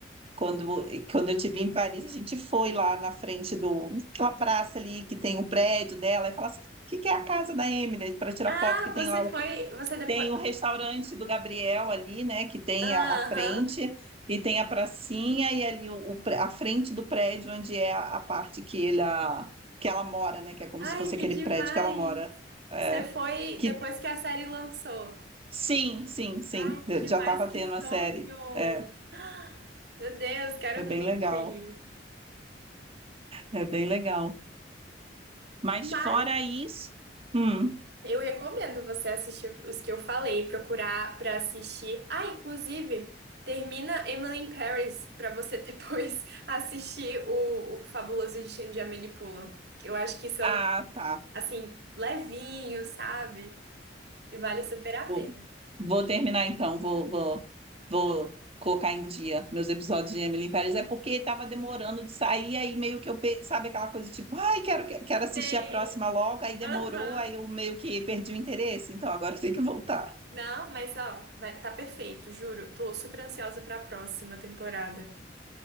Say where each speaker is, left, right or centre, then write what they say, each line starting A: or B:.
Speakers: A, on the right (about 35°); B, on the right (about 60°).
A: quando, quando eu estive em Paris, a gente foi lá na frente do, aquela praça ali que tem o prédio dela e fala assim, "Ah, o que que é a casa da Emily? Para tirar
B: Ah,
A: foto que tem
B: você
A: lá
B: foi.
A: o
B: Você depois.
A: Tem o restaurante do Gabriel ali, né? Que tem
B: Aham.
A: a, a frente, e tem a pracinha, e ali o, o pré- a frente do prédio, onde é a, a parte que, ele, a- que ela mora, né? Que é como
B: Ai,
A: se fosse
B: que
A: aquele
B: demais.
A: prédio que ela mora. É,
B: Você foi
A: que
B: depois que a série lançou.
A: sim, sim, sim,
B: Ai, que
A: eu
B: demais,
A: já estava
B: que
A: tendo a
B: sonho.
A: série. É,
B: <gasps> Meu Deus, quero
A: é bem
B: muito
A: legal,
B: ir.
A: é bem legal. Mas
B: Mas
A: fora isso, hum,
B: Eu recomendo você assistir os que eu falei, procurar pra assistir. Ah, inclusive, termina Emily in Paris pra você <laughs> depois assistir o, o Fabuloso Destino de Amélie Poulain, que eu acho que são
A: ah, tá.
B: assim levinhos, sabe? E vale super a
A: Vou,
B: pena.
A: vou terminar então, vou, vou, vou colocar em dia meus episódios de Emily em Paris. É porque estava demorando de sair, aí meio que eu, pe- sabe aquela coisa tipo, ai, quero, quero assistir
B: Sei.
A: a próxima logo, aí demorou,
B: Aham.
A: aí eu meio que perdi o interesse, então agora tem que voltar.
B: Não, mas ó, vai tá perfeito, juro. Tô super ansiosa pra próxima temporada.